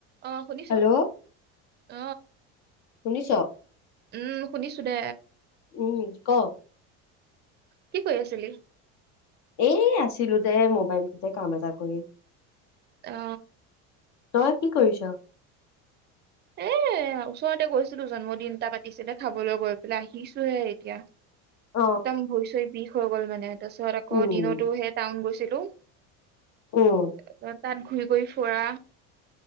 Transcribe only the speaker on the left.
হেল্ল'
শুনিছ?
উম ক?
এই আছিলো দে মোবাইলটোতে কাম এটা কৰি।
তই কি কৰিছ?
অ
উম
উম